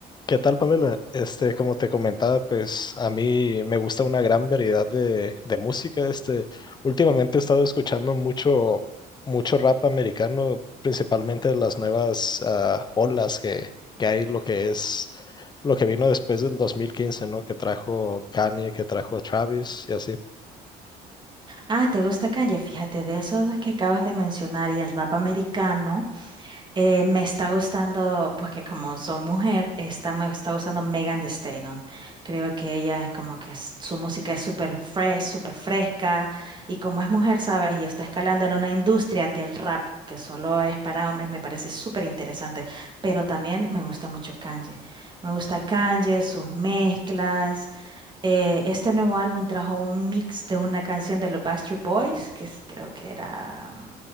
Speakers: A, on the left; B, on the right.
A: ¿Qué tal, Pamela? Este, como te comentaba, pues a mí me gusta una gran variedad de, de música. Este, últimamente he estado escuchando mucho, mucho rap americano, principalmente de las nuevas ah, olas que, que hay, lo que es, lo que vino después del 2015, ¿no? Que trajo Kanye, que trajo Travis y así.
B: Ah, ¿te gusta Kanye? Fíjate, de esos que acabas de mencionar y el rap americano, eh, me está gustando, pues que como soy mujer, está, me está gustando Megan Thee Stallion. Creo que ella es como que es- su música es súper fresh, súper fresca, y como es mujer, ¿sabes? Y está escalando en una industria del rap que solo es para hombres, me parece súper interesante. Pero también me gusta mucho Kanye. Me gusta Kanye, sus mezclas. Eh, este nuevo álbum trajo un mix de una canción de los Backstreet Boys, que es- creo que era, mm,